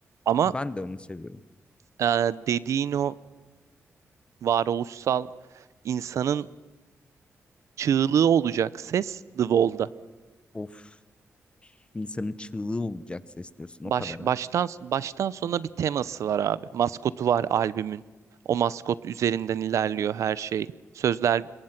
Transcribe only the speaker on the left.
Ben de onu seviyorum.
Of, insanın çığlığı olacak ses diyorsun
o kadar
ha.